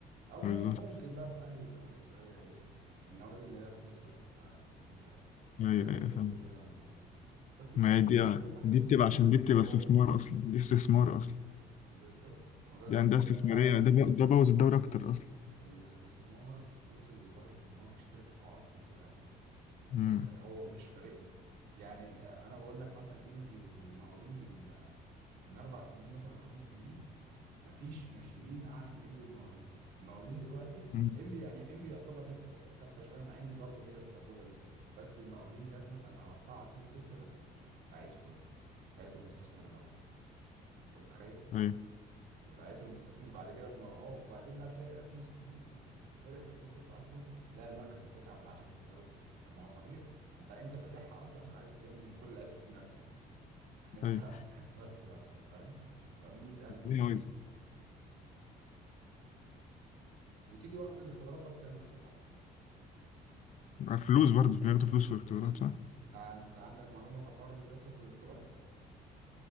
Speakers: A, on the right; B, on the left.
A: أو مم...
B: بالظبط
A: ممكن بقى في أهلي وزمالك شوية إيه النوادي اللي هي بتصرف آه، حبتين تلاتة
B: ايوه
A: آه
B: ايوه
A: زد
B: فاهم
A: بيراميدز الناس دي بس مش
B: ما
A: هتلاقيهم
B: هي دي
A: برضو الحاجات
B: دي
A: اللي
B: بتبقى
A: هي
B: عشان
A: ال-
B: دي بتبقى
A: الواو
B: استثمار
A: فاهم
B: اصلا دي استثمار اصلا
A: بالظبط ما هو ده
B: دي
A: ده,
B: عندها
A: ده,
B: استثماريه
A: ده بقى ال-
B: ده ب- ده بوظ الدوري اكتر اصلا
A: الاستثمار وصل لدرجة ان هو بيشتري قطاعات ويسيبها كده انت
B: امم
A: متخيل هو مش فارق له يعني آه، انا بقول لك مثلا انبي والمقاولين من آه، من اربع سنين مثلا ولا خمس سنين مفيش ناشئين اعلى من انبي والمقاولين المقاولين دلوقتي
B: أمم.
A: انبي يعني انبي يعتبر لسه س- ثابته شويه مع ان برضه فيها السبوبه دي بس المقاولين جت مثلا على قطاع 2006 ده بعته كله بعته المستثمر الاماراتي انت متخيل
B: ايوه
A: يبعته المستثمر بعد كده ما هو وبعدين بقى تلاقي 2006 دي ما انت فرقه 2006 اصلا تلاقي المركز التاسع والعاشر في الدوري طب ما هو طبيعي انت انت فاتحها اصلا عشان عايز تلم من كل لعيب 60000 جنيه <laughs> انت
B: ايوه
A: بس بس فاهم 100000 جنيه
B: ايوه
A: يا سيدي وتيجي وقت الاختبارات برضه تعمل نفس الحركه
B: فلوس برضه بياخدوا فلوس في الاختبارات صح؟
A: انت انت عندك معلومه بحوار اللي بيحصل في الاختبارات